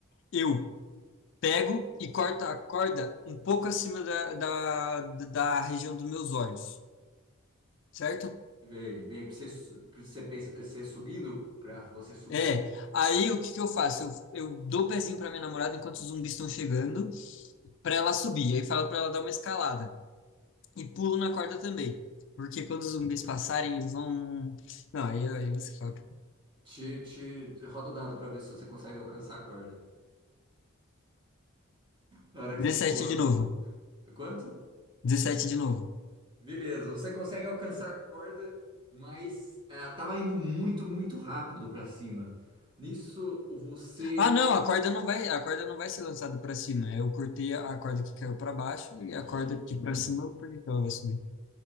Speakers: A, on the left; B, on the right.
A: Eu pego e corto a corda um pouco acima da, da, da região dos meus olhos, certo?
B: Bem, bem, pra você, su- pra você, pensa- você subindo, para você subir,
A: É. Aí o que que eu faço? Eu, eu dou o pezinho para minha namorada enquanto os zumbis estão chegando, para ela subir. Aí falo para ela dar uma escalada. E pulo na corda também. Porque quando os zumbis passarem, eles vão. Não, aí, aí você fala.
B: te, te roda o dado para ver se você consegue alcançar a corda. Na hora que
A: 17
B: você pulou.
A: de novo.
B: Quanto?
A: 17 de novo.
B: Beleza, você consegue alcançar a corda, mas eh, tava indo muito, muito rápido para cima. Nisso, você
A: Ah, não, a corda não vai, a corda não vai ser lançada para cima. Eu cortei a, a corda que caiu para baixo e a corda que para cima, por que que ela vai subir?